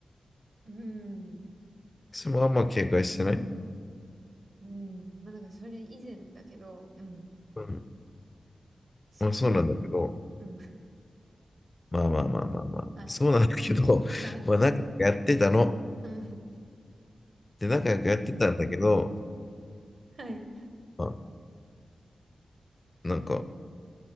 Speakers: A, on the right (about 45°); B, on the left (about 20°).
A: うん。
B: それもあんま警戒してない、う
A: うん。まあなんかそれ以前だけど、うん。
B: ん、
A: そうね。
B: まあそうなんだけど、
A: うん。
B: まあまあまあまあまあ、
A: はいはい。
B: そうなんだけど、
A: はい。
B: <laughs> まあ仲良くやってたの。
A: うん。
B: で、仲良くやってたんだけど、
A: はい。
B: まあ、なんか、